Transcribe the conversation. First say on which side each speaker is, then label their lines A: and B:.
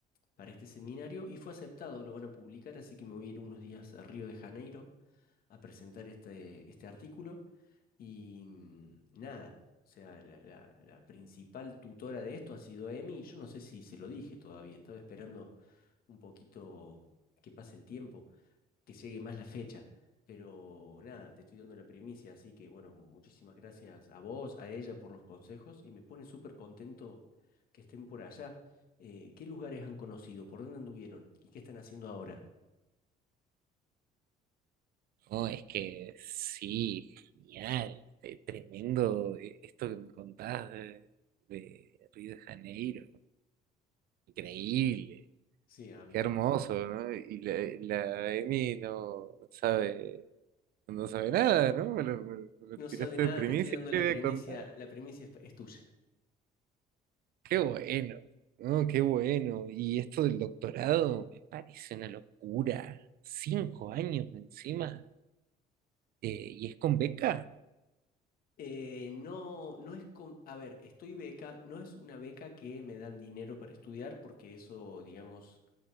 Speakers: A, on the left; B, on the right.
A: para este seminario y fue aceptado, lo van a publicar, así que me voy a ir unos días a Río de Janeiro a presentar este, este artículo. Y mm, nada, o sea, la, la- la principal tutora de esto ha sido Emi. Yo no sé si se lo dije todavía, estaba esperando un poquito que pase el tiempo, que llegue más la fecha. Pero nada, te estoy dando la primicia, así que bueno, muchísimas gracias a vos, a ella por los consejos y me pone súper contento que estén por allá. Eh, ¿qué lugares han conocido? ¿Por dónde anduvieron? ¿Y qué están haciendo ahora?
B: No, es que sí, genial, eh, tremendo eh, esto que me contás de, de Río de Janeiro, increíble.
A: Sí, amigo.
B: Qué hermoso, ¿no? Y la, la Emi no, no sabe No sabe nada, ¿no? Me lo, me lo- me
A: No
B: lo tiraste
A: sabe nada,
B: de primicia,
A: te estoy dando
B: ¿qué
A: la
B: voy
A: primicia,
B: a contar?
A: la primicia es es tuya.
B: Qué bueno, ¿no? Qué bueno. Y esto del doctorado me parece una locura. Cinco años encima. Eh, ¿y es con beca?
A: Eh, no, no es com- a ver, estoy beca, no es una beca que me dan dinero para estudiar porque eso, digamos,